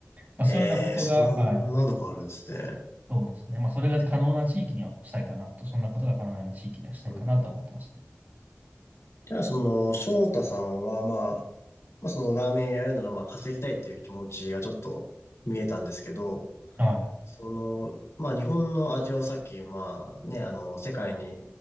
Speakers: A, on the right; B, on the left.
A: まあそういうようなことが、
B: えー、そんなのがあるんですね。
A: はい、そうですね。まあそれが可能な地域にはしたいかなと、そんなことが可能な地域にはしたいかなとは思ってますね。
B: うんじゃあ、その、翔太さんは、まあ、まあ、そのラーメン屋やるなら、まあ、稼ぎたいっていう気持ちがちょっと見えたんですけど、
A: はい。
B: その、まあ、日本の味をさっき、まあ、ね、あの、世界に、